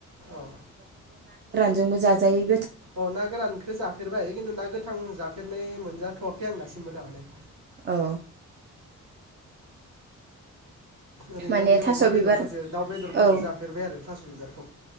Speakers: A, on the right; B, on the right.
A: औ
B: जोंबो जा जायो
A: अ ना गोरानखो जाफेरबाय खिन्थु ना गोथां जाफेरनाय मोनजाथ सें नास्रि मोजांङानो
B: औ
A: ओरैनो
B: माने
A: बे
B: थास'
A: अमा बेदरफोरजों
B: बिबार
A: दाउ बेदरफोरजों
B: औ
A: जाफेरबाय आरो थास बिबारखौ